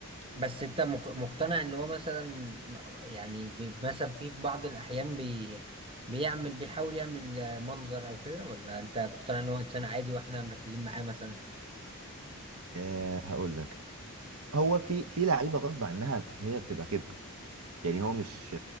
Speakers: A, on the right; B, on the right.
A: بس انت مق- مقتنع ان هو مثلا م- يعني بي- مثلا في في بعض الأحيان بي بيعمل بيحاول يعمل آه، منظر او كده ولا انت مقتنع ان هو انسان عادي واحنا مركزين معاه مثلا
B: أه هقول لك هو في في لعيبه غصب عنها هي بتبقى كده يعني هو مش